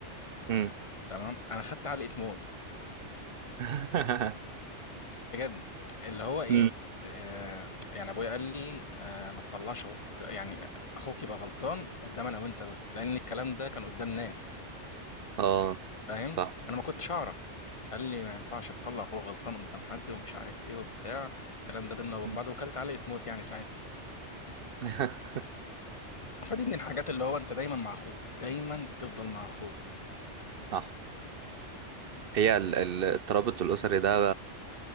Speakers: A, on the right; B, on the left.
A: مم.
B: تمام انا خدت علقه موت
A: <laughs>
B: بجد اللي هو ايه
A: مم.
B: آه يعني ابويا قال لي آه ما تطلعش اخوك يعني اخوك يبقى غلطان قدام انا وانت بس لان الكلام ده كان قدام ناس
A: اه
B: فاهم
A: صح
B: انا ما كنتش اعرف قال لي ما ينفعش تطلع هو غلطان قدام حد ومش عارف ايه وبتاع الكلام ده بينا وبين
A: مم.
B: بعض وكلت علقة موت يعني ساعتها
A: <laughs>
B: فدي من الحاجات اللي هو انت دايما مع اخوك دايما تفضل مع اخوك
A: صح هي ال- ال- الترابط الاسري ده